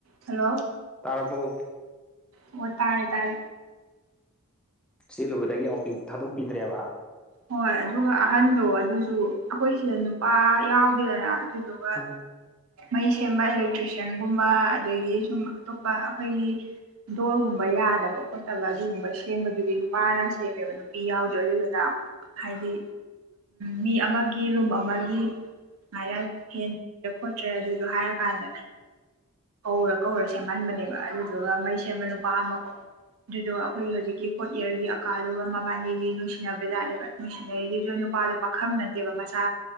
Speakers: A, on the right; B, in the centre.
A: hello
B: ꯇꯥꯔꯔꯕꯣ
A: ꯑꯣ ꯇꯥꯜ ꯇꯥꯜ
B: ꯆꯦꯜꯂꯨꯕꯗꯒꯤ ꯑꯥꯎꯇꯤꯡ ꯊꯥꯗꯣꯛꯄꯤꯗ꯭ꯔꯦꯕ
A: ꯍꯣꯏ ꯑꯗꯨꯒ ꯑꯍꯟꯗꯣ ꯑꯗꯨꯁꯨ ꯑꯩꯈꯣꯏ ꯁꯤꯗ ꯅꯨꯄꯥ ꯌꯥꯎꯗꯦꯗꯅ ꯑꯗꯨ ꯑꯗꯨꯒꯒ
B: ꯎꯝ
A: ꯃꯩ ꯁꯦꯝꯕ ꯑꯦꯂꯦꯛꯇ꯭ꯔꯤꯁꯤꯌꯥꯟꯒꯨꯝꯕ ꯑꯗꯒꯤ ꯁꯨꯝ ꯑꯇꯣꯞꯄ ꯑꯩꯈꯣꯏꯒꯤ ꯗꯣꯜꯒꯨꯝꯕ ꯌꯥꯗꯕ ꯈꯣꯠꯇꯕ ꯑꯗꯨꯒꯨꯝꯕ ꯁꯦꯝꯕꯗꯨꯗꯤ ꯅꯨꯄꯥꯅ ꯁꯦꯝꯃꯦꯕ ꯅꯨꯄꯤ ꯌꯥꯎꯗꯦ ꯑꯗꯨꯗꯨꯅ ꯍꯥꯏꯗꯤ ꯃꯤ ꯑꯃꯒꯤ ꯔꯨꯝ ꯑꯃꯒꯤ ꯁꯃꯥꯏꯔ ꯍꯦꯟꯗ꯭ꯔꯦ ꯈꯣꯠꯇ꯭ꯔꯦ ꯑꯗꯨꯁꯨ ꯍꯥꯏꯔꯀꯥꯟꯗ ꯀꯧꯔ ꯀꯧꯔ ꯁꯦꯝꯍꯟꯕꯅꯦꯕ ꯑꯗꯨꯗꯨꯒ ꯃꯩ ꯁꯦꯝꯕ ꯅꯨꯄꯥ ꯑꯃꯀꯣ ꯑꯗꯨꯗ ꯑꯩꯈꯣꯏꯒꯤ ꯍꯧꯖꯤꯛꯀꯤ ꯐꯣꯔꯠ ꯏꯌꯥꯔꯒꯤ ꯑꯀꯥꯗꯨꯒ ꯃꯕꯥꯅꯤꯗꯤ ꯅꯨꯡꯁꯤꯅꯕꯖꯥꯠꯅꯦꯦꯕ ꯅꯨꯡꯁꯤꯅꯔꯤꯗꯨꯁꯨ ꯅꯨꯄꯥꯗꯨ ꯄꯥꯈꯪ ꯅꯠꯇꯦꯕ ꯃꯆꯥ